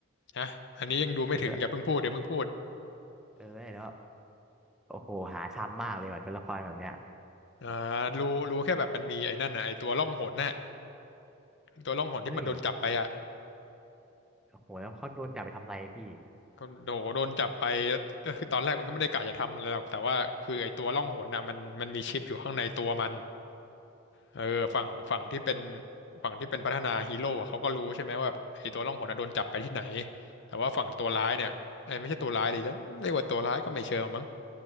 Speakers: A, on the left; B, in the centre.
A: นะอันนี้ยังดูไม่ถึงอย่าเพิ่งพูดเดี๋ยวเพิ่งพูด
B: ไอ้ตัวเออแล้วาโอ้โหหาทำมากเลยว่ะตัวละครแบบเนี้ย
A: อ่ารู้รู้แค่แบบมันมีไอ้นั่นนะไอ้ตัวล่องหนน่ะตัวล่องหนที่มันโดนจับไปอะ
B: เอ้ยโอ้โหแล้วเขาโดนจับไปทำอะไรพี่
A: ก็โดโดนจับไปก็คือตอนแรกมันก็ไม่ได้กะจะทำอะไรหรอกแต่ว่าคือไอ้ตัวล่องหนน่ะมันมันมีชิปอยู่ข้างในตัวมัน เออฝั่งฝั่งที่เป็นฝั่งที่เป็นพัฒนาฮีโร่อะเขาก็รู้ใช่ไหมว่าแบบไอ้ตัวล่องหนอะโดนจับไปที่ไหนแต่ว่าฝั่งตัวร้ายเนี่ยไอ้ยไม่ใช่ตัวร้ายดิฉันเรียกว่าตัวร้ายก็ไม่เชิงมั้ง